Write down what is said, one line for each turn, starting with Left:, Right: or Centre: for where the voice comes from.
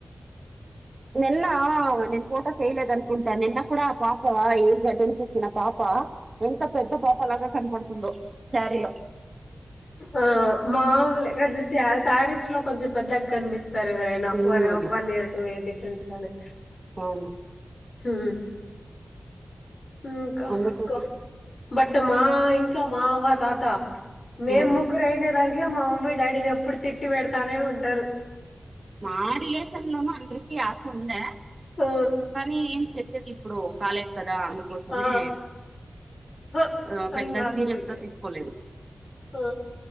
Right: నిన్న ఆమె నేన్ పోతా చేయలేద అనుకుంట నిన్న కూడా ఆ పాప ఏ అటెండ్ చేసిన పాప ఎంత పెద్ద పాప లాగా కనపడుతుందో శారీలో
Left: ఆ ఆ మామూలే క శారీస్ లో కొంచెం పెద్దగనిపిస్ చూస్తారు ఎవరైనా
Right: ఉమ్
Left: ఒక one year two year difference గాని
Right: అవును
Left: ఊ ఇంకా
Right: అందుకోసం
Left: అక్క బట్ మా ఇంట్లో మా అవ్వ తాత మేం
Right: ఉమ్
Left: ముగ్గురు అయండే దానికి మా మమ్మీ డాడీని ఎప్పుడు తిట్టి పెడతానే ఉంటారు
Right: మా రిలేషన్ లోన అందరికి ఆస ఉంద
Left: ఆ
Right: కానీ ఏం చెసది ఇప్పుడు కాలేదు కదా అందుకోసమే
Left: ఆ హ!
Right: ఆ పెద్ద
Left: ఇంగ అంతే
Right: సీరియస్ గా తీసుకోలేదు
Left: ఆ